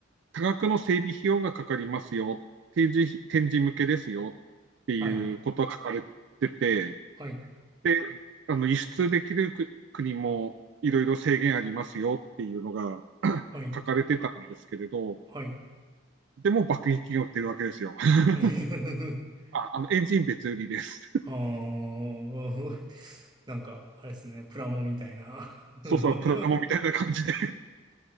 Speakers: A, on the right; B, on the right.
A: 多額の整備費用がかかりますよ、展示費展示向けですよっていうことが書かれてて、
B: はい。はい。
A: で、あの輸出できるく国もいろいろ制限ありますよっていうのが <coughs>
B: はい。
A: 書かれてたんですけれど、
B: はい。
A: でも爆撃機が売ってるわけですよ。<laughs>
B: <laughs>
A: ああのエンジン別売りです。
B: あー、<laughs> なんか、あれですね、プラモみたいな。
A: そうそう、
B: <laughs>
A: プラモみたいな感じで。